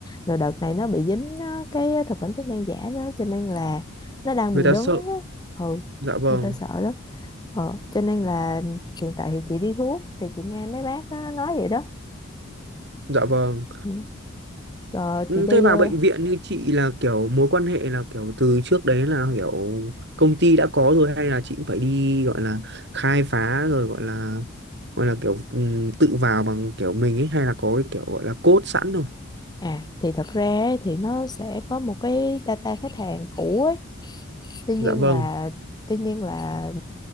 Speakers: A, on the left; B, on the right.
A: rồi đợt này nó bị dính ờ, cái thực phẩm chức năng giả nó cho nên là nó đang
B: người
A: bị
B: ta
A: đứng
B: sợ
A: á. ừ
B: dạ vâng
A: người ta sợ lắm ờ, cho nên là hiện tại thì chị đi thuốc thì chị nghe mấy bác nó nói vậy đó
B: dạ vâng
A: ừ. Ờ,
B: Ừ,
A: chị đi
B: Thế vào
A: ờ,
B: bệnh viện như chị là kiểu mối quan hệ là kiểu từ trước đấy là kiểu công ty đã có rồi hay là chị cũng phải đi gọi là khai phá rồi gọi là gọi là kiểu ừ, tự vào bằng kiểu mình ấy hay là có cái kiểu gọi là code sẵn rồi.
A: À thì thật ra ấy, thì nó sẽ có một cái data khách hàng cũ ấy. Tuy
B: Dạ
A: nhiên
B: vâng.
A: là tuy nhiên là